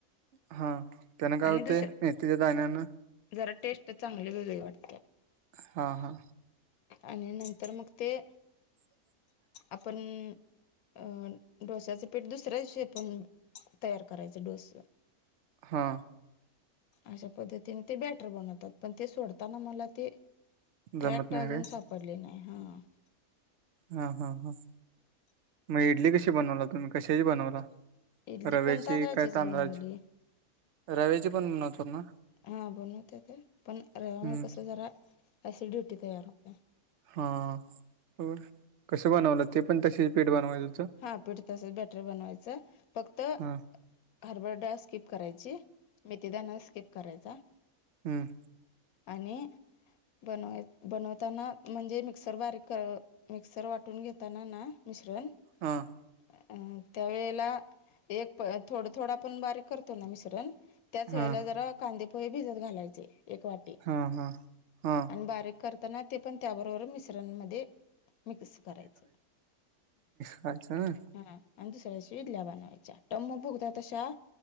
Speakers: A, on the right; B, on the left.
A: हा त्यांन काय
B: आणि
A: होतय
B: दुसऱ्या
A: मेथीच्या दाण्यान.
B: जरा टेस्ट चांगली वेगळी वाट.
A: हा हा.
B: आणि नंतर मग ते
A: हम
B: आपण अं डोस्याचं पीठ दुसऱ्या दिशी पण तयार करायचं डोसं.
A: हा.
B: अशा पद्धतीने ते बॅटर बनवतात. पण ते सोडताना मला ते
A: जमत
B: ट्रॅक्ट
A: नाही
B: अजून
A: काय
B: सापडली नाही हा.
A: हा हा हा मग इडली कशी बनवला तुम्ही कशाची बनवला?
B: इडली
A: रव्याची
B: पण तांदळाचीच
A: काय तांदळाची
B: बनवली.
A: रव्याची पण बनवतात ना
B: हा बनवत्या ते, पण रव्यामुळ
A: हम्म
B: कसं जरा? अशी ड्युटी तयार होतीया.
A: हा बर कसं बनवलं? ते पण तशी पीठ बनवायच.
B: हा पिठ तसच बॅटर बनवायचं, फक्त
A: हा
B: हरभरा डाळ स्किप करायची, मेथिदाना स्किप करायचा.
A: हुं
B: आणि अ बनवाय बनवताना म्हणजे मिक्सर बारीक करा मिक्सर वाटून घेताना ना मिश्रण
A: हां.
B: अ त्यावेेळेला एक थोडं थोडं आपण बारीक करतो ना मिश्रण. त्याच वेळेला
A: हा
B: जरा कांदेपोहे भिजत घालायचे, एक वाटी
A: हा हा हा
B: आणि बारीक. करताना ते पण त्याबरोबर मिश्रणमध्ये मिक्स करायचं.
A: खायच नाही.
B: हा आणि दुसऱ्या दिवशी इडल्या बनवायच्या. टम्म फुगतात अशा